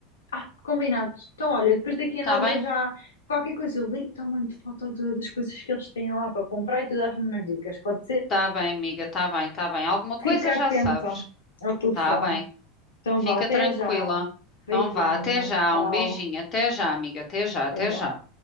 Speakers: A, on the left; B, on the left.
A: Ah, combinado. Então, olha, depois daqui
B: Está
A: a nada
B: bem?
A: já qualquer coisa eu ligo-te ou mando foto de- das coisas que eles têm lá para comprar e tu dás-me umas dicas, pode ser?
B: Está bem, amiga, está bem, está bem. Alguma coisa
A: Fica
B: já
A: atenta
B: sabes.
A: ao telefone.
B: Está bem,
A: Então
B: fica
A: vá, até
B: tranquila.
A: já.
B: Então
A: Beijinho,
B: vá, até já,
A: tchau,
B: um beijinho, até já, amiga, até já, até
A: até já.
B: já.